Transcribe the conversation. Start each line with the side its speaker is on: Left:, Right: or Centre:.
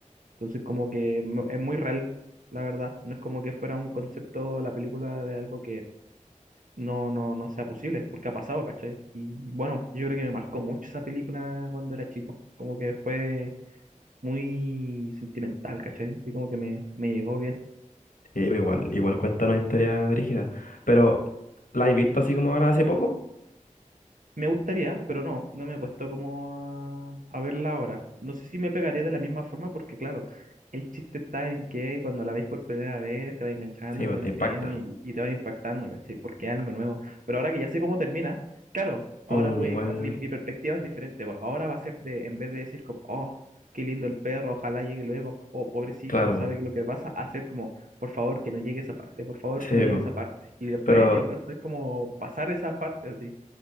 Right: Entonces como que mu- es muy real, la verdad. No es como que fuera un concepto la película de algo no, no, no sea posible, porque ha pasado, ¿cachai? Y bueno, yo creo que me marcó mucho esa película cuando era chico, como que fue muy sentimental, ¿cachai? Así como que me, me llegó bien.
Left: Sí, pero igual, igual cuenta una historia brígida. Pero, ¿la he visto así como ahora hace poco?
Right: Me gustaría, pero no, no me he puesto como a, a verla ahora. No sé si me pegaría de la misma forma porque, claro, el chiste está en que cuando la veis por primera vez te va enganchando
Left: Sí, pues
Right: con el
Left: te impacta.
Right: tema y, y te va impactando, ¿cachai? Porque es algo nuevo. Pero ahora que ya sé cómo termina, claro, ahora
Left: Mm,
Right: voy,
Left: igual,
Right: va- mi, mi perspectiva es diferente. va. Ahora va a ser de, en vez de decir como, oh, qué lindo el perro, ojalá llegue luego, o pobrecito,
Left: claro,
Right: no sabe lo que le pasa, hacer como, por favor, que no llegue esa parte, por favor,
Left: sí,
Right: que no llegue
Left: bo.
Right: esa parte. Y después
Left: Pero,
Right: el resto es como pasar esa parte así.